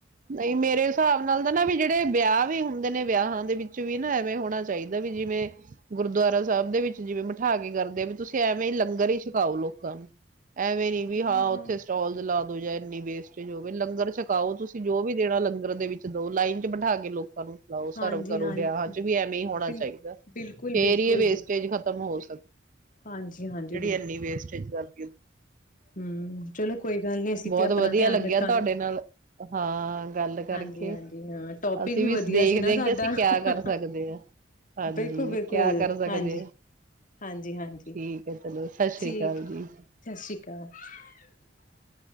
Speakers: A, on the right; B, on the left.
A: ਨਹੀਂ ਮੇਰੇ ਹਿਸਾਬ ਨਾਲ ਤਾਂ ਨਾ ਵੀ ਜਿਹੜੇ ਵਿਆਹ ਵੀ ਹੁੰ ਨੇ ਵਿਆਹ ਹਨ। ਦੇ ਵਿੱਚ ਵੀ ਨਾ ਐਵੇਂ ਹੋਣਾ ਚਾਹੀਦਾ ਵੀ ਜਿਵੇਂ ਗੁਰਦੁਆਰਾ ਸਾਹਿਬ ਦੇ ਵਿੱਚ ਜਿਵੇਂ ਬਠਾ ਕੇ ਕਰਦੇ ਵੀ ਤੁਸੀਂ ਐਵੇਂ ਹੀ ਲੰਗਰ ਹੀ ਛਕਾਓ ਲੋਕਾਂ ਨੂੰ। ਐਵੇਂ ਨੀ ਵੀ
B: ਹਾਂ-ਹਾਂ,
A: ਹਾਂ ਉੱਥੇ ਸਟੋਲਸ ਲਾ ਦੋ ਜਾਂ ਇੰਨੀ ਵੇਸਟੇਜ ਹੋਵੇ ਲੰਗਰ ਛਕਾਓ ਤੁ ਜੋ ਵੀ ਦੇਣਾ ਲੰਗਰ ਦੇ ਵਿੱਚ ਦੋ ਲਾਈਨ ਚ ਬਿਠਾ ਕੇ ਲੋਕਾਂ ਨੂੰ। ਲਓ
B: ਹਾਂਜੀ-ਹਾਂ,
A: ਸਰਵ ਕਰੋ ਵਿਆਹਾਂ ਚ ਵੀ ਐਵੇਂ ਹੀ ਹੋਣਾ
B: ਬਿਲ
A: ਚਾਹੀਦਾ
B: ਬਿਲਕੁਲ-ਬਿਲਕੁਲ-ਬਿਲਕੁਲ,
A: ਫੇਰ ਹੀ ਇਹ ਵੇਸਟੇਜ ਖਤਮ ਹੋ
B: ਹਾਂਜੀ-ਹਾਂਜੀ,
A: ਜਿਹੜੀ ਇੰਨੀ ਵੇਸਟੇਜ <unintelligible>
B: ਹਮ ਚਲੋ ਕੋਈ ਗੱਲ ਨੀ ਅਸੀਂ
A: ਬਹੁਤ
B: ਤੇ ਆਪਣਾ
A: ਵਧੀਆ
B: ਧਿਆਨ
A: ਲੱਗਿਆ
B: ਰੱਖਾਂਗੇ।
A: ਤੁਹਾਡੇ ਨਾਲ ਹਾਂ ਗੱਲ ਕਰਕੇ
B: ਹਾਂਜੀ-ਹਾਂਜੀ, ਹਾਂ ਟੋਪਿਕ
A: ਅਸੀਂ ਵੀ
B: ਵਧੀਆ
A: ਦੇਖਦੇ
B: ਸੀ ਨਾ
A: ਹਾਂ
B: ਸਾਡਾ
A: ਕਿ ਅਸੀਂ ਕਿਆ ਕਰ ਸਕਦੇ ਹਾਂ, ਹਾਂਜੀ
B: ਬਿਲਕੁਲ-ਬਿਲਕੁਲ,
A: ਕਿਆ ਕਰ ਸਕਦੇ
B: ਹਾਂਜੀ,
A: ਹਾਂ
B: ਹਾਂਜੀ-ਹਾਂਜੀ
A: ਠੀਕ ਹੈ ਚਲੋ ਸਤਿ ਸ੍ਰੀ
B: ਠੀਕ,
A: ਅਕਾਲ ਜੀ।
B: <unintelligible>